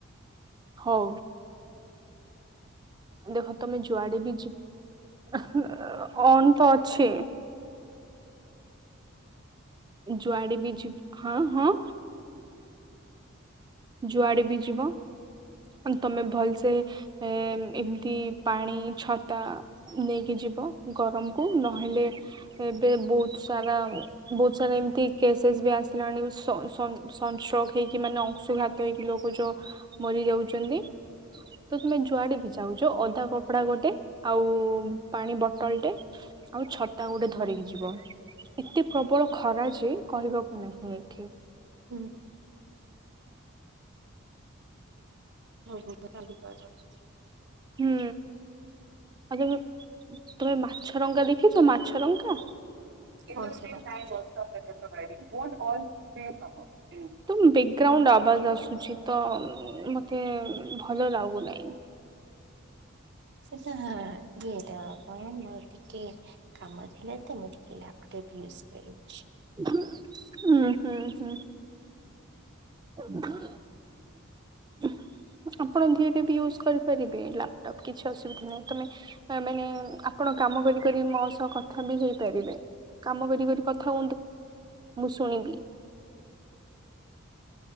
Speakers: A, on the right; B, on the right.
A: ହଉ। ଦେଖ ତମେ ଯୁଆଡେ ବି ଯି ଅ ଅନ୍ ତ ଅଛି। ଜୁଆଡ ବି ଯିବ୍ ହଁ ହଁ। ଯୁଆଡେ ବି ଯିବ ତମେ ଭଲସେ ଏ ଏମତି ପାଣି ଛତା ନେଇକି ଯିବ। ଗରମକୁ ନହେଲେ ଏବେ ବହୁତ ସାରା ବହୁତ ସାରା ଏମିତି କେସେସ୍ ବି ଆସିଲାଣି। ସଂ ସଂ ସଂଷ୍ଟ୍ରୋକ୍ ହେଇକି ମାନେ ଅଂଶୁଘାତ ତ ଇକ୍ ଲୋକ ଯୋ ମରି ଯାଉଚନ୍ତି। ତ ତୁମେ ଜୁଆଡ଼େ ବି ଯାଉ ଯୋଉ ଅଦା କପଡା ଗୋଟେ ଆଉ ପାଣି ବଟଲଟେ ଜୋ ଆଉ ଛତା ଗୋଟେ ଧରିକି ଜିବ। ଏତେ ପ୍ରବଳ ଖରା ଯେ କହିବାକୁ ନାହିଁ ଏଠି।
B: ହୁଁ ହୁଁ। <unintelligible>
A: ହୁଁ ଆ। ତମେ ମାଛରଙ୍କା ଦେଖିଛ ମାଛରଙ୍କା।
B: <unintelligible>
A: ତ ବ୍ୟାକଗ୍ରାଉଣ୍ଡ ଆବାଜ ଆସୁଛି ତ ମତେ ଭଲ ଲାଗୁନାହିଁ।
B: ସେଟା ଇଏ ଟା କଣ ମୋର ଟିକେ କାମ ଥିଲା ତ ମୁ ଟିକେ। ଲେପଟୋପ ୟୁଜ କରୁଛି।
A: ହୁଁ ହୁଁ ହୁଁ ଆପଣ ଧିରେ ବି ୟୁଜ କରିପାରିବେ ଲାପଟପ୍ କିଛି ଅସୁବିଧା ନାହିଁ ତମେ ମାନେ ଆପଣ କାମ କରିକ ମୋ ସହ କଥା ବି ହେଇପାରିବେ। କାମ କରି କରି କଥା। ମୁଁ ଶୁଣିବି।